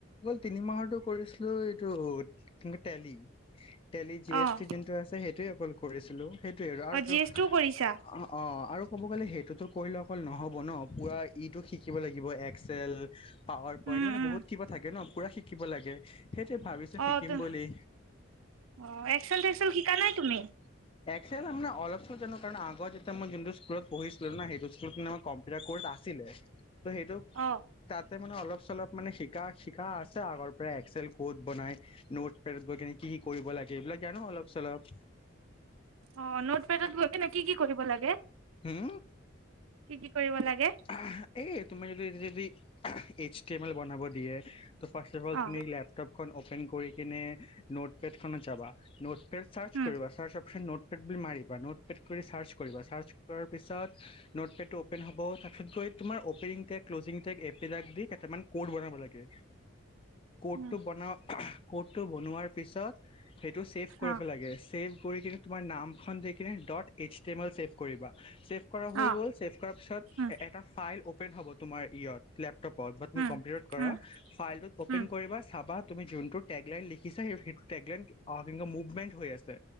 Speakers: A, on the left; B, on the right.
A: তিনি মাহৰতো কৰিছিলো এইটো কিন্তু টেলি টেলি জি
B: অ
A: এছ টি যোনটো আছে সেইটোৱেই অকল কৰিছিলোঁ। সেইটোৱে আৰু আৰুটো
B: অ জি এছ টোও কৰিছা
A: অ অ আৰু ক'ব গ'লে সেইটোতো কলে অকল নহ'ব ন পুৰা ইটো শি শিকিব লাগিব এক্সেল পাৱাৰ পইণ্ট
B: উম
A: মানে
B: উম
A: বহুত কিবা থাকে ন। পুৰা শিকিব লাগে। সেইটোৱে ভাবিছো শিকিম
B: অ তু
A: বুলি
B: অ একচেল চেকচেল শিকা নাই তুমি?
A: চেম আপোনাৰ অলপ চ জানো কাৰণ আগত যেতিয়া মই যোনটো স্কুলত পঢ়িছিলো ন সেইটো স্কুলত কম্পিউটাৰ কৌৰ্চ আছিলে। ত সেইটো
B: অ
A: তাত। তে মানে অলপ চলপ মানে শিকা শিকা আছে আগৰ পৰা এক্সেল ক'ড বনাই, নোট পেদত গৈ কিনে কি কৰিব লাগে, এইবিলাক জানোঁ অলপ চলপ।
B: অ নোট পেটত গৈছে নে কি কৰিব লাগে?
A: উম
B: কি কি কৰিব লাগে
A: আহ এই তুমি ৰিবিজিবি এইচ টি এম এল বনাব দিয়ে। তো ফাৰ্ষ অফ
B: অ
A: তুমি লপটপখন অপ শ্বেন কৰি কিনে নোট পেড খনত যাবা নোট। চাৰ্চ
B: উম
A: কৰিবা চাৰ্চ অপশচন নোট। তেপবি মাৰিবা নোটপেড কৰি চাৰ্চ কৰিবা চাৰ্চ। তাৰ পিছত নোটপেড টো অপেন হ'ব তাৰপিছত গৈ তোমাৰ অপেনিং টে ক্লজিং টেক এপবিলাক দি কেইটামান ক'ৰ্ড বনাব লাগে। ক'তটো
B: উম
A: বনোৱা ক'তটো বনোৱাৰ। পিছত সেইটো চছেভ কৰিব
B: অ
A: লাগে। ছেভ কৰি কিনে তোমাৰ নামখন দেকিনে dot H D M L চছেভ কৰিবা। ছেভ কৰা হৈ
B: অ
A: গ'ল, চছেভ কৰাৰ পিছত
B: উম
A: এটা ফাইল অপেন হ'ব তোমাৰ ইয়ত ক্লেপ। কপদ বাট মই
B: উম
A: কম্পিউটাৰত কৰা,
B: উম
A: ফাইলটোত অপেন
B: উম
A: কৰিবা চাবা তুমি যোনটো টেগ লাইন লিখিছা সেইটো টেগ লাইন অ ', মুভমেট হৈ আছে।